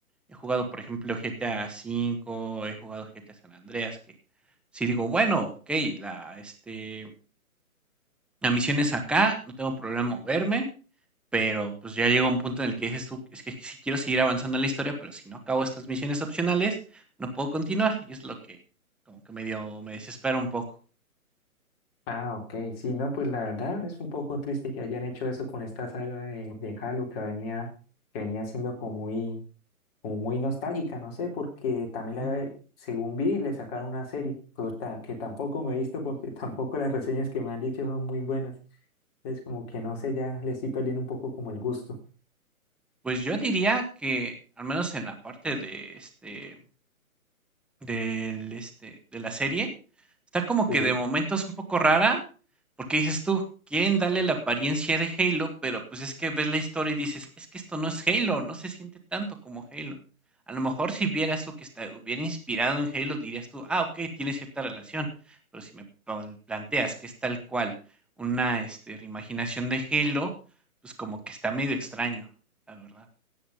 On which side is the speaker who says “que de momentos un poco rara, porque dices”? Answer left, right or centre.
Centre